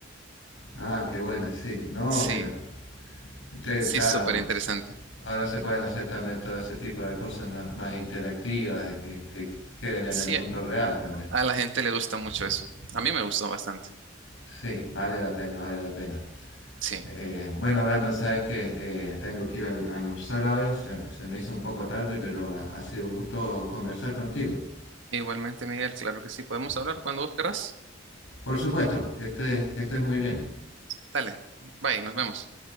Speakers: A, on the left; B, on the right.
A: Ah, qué buena, sí. No,
B: Sí,
A: mira. que,
B: sí,
A: Claro,
B: súper interesante.
A: ahora se pueden hacer también todo ese tipo de cosas más, más interactivas y que, que queden en
B: Sí,
A: el mundo real también.
B: a la gente le gusta mucho eso. A mí me gustó bastante.
A: Sí, vale la pena, vale la pena.
B: Sí,
A: Eh, bueno, Brandon, sabes que eh, tengo que ir al- a almorzar ahora. Se, se me hizo un poco tarde, pero ha, ha sido un gusto conversar contigo.
B: igualmente, Miguel, claro que sí. Podemos hablar cuando vos querrás.
A: Por supuesto, que estés, que estés
B: Ok,
A: muy bien.
B: Dale, bye, nos vemos.